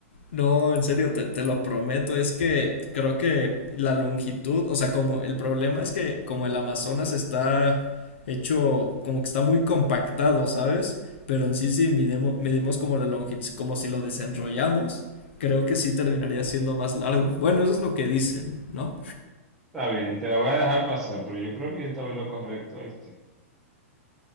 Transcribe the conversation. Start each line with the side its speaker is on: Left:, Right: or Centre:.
Left: No, en serio, te, te lo prometo. Es que creo que la longitud, o sea, como el problema es que como el Amazonas está hecho, como que está muy compactado, ¿sabes? Pero en sí, si midemo- medimos como la longitud, como si lo desenrollamos, creo que sí terminaría siendo más largo. Bueno, eso es lo que dicen, ¿no?
Centre: Está bien, te la voy a dejar pasar, pero yo creo que yo estaba en lo correcto, ¿oíste?